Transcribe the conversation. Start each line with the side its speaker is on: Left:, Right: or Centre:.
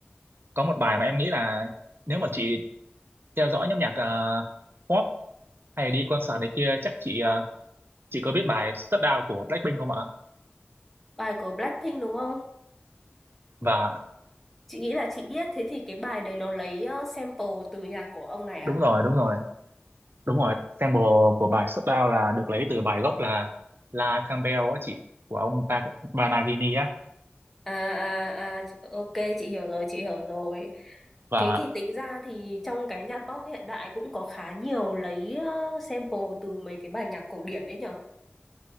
Right: có một bài mà em nghĩ là nếu mà chị theo dõi nhóm nhạc ờ, pop hay đi concert này kia chắc chị ờ, chị có biết bài Shutdown của Blackpink không ạ?
Centre: Bài của Blackpink đúng không?
Right: Và
Centre: Chị nghĩ là chị biết. Thế thì cái bài đấy nó lấy ờ, sample từ nhạc của ông này à?
Right: đúng rồi, đúng rồi, đúng rồi, sample của bài Shutdown là được lấy từ bài gốc là La Campbell á chị của ông Pa- Vanagini á.
Centre: À, à, à, chị- ok chị hiểu rồi chị hiểu rồi
Right: Vâng
Centre: thế
Right: ạ.
Centre: thì tính ra thì trong cái nhạc pop hiện đại cũng có khá nhiều lấy ờ, sample từ mấy cái bài nhạc cổ điển đấy nhở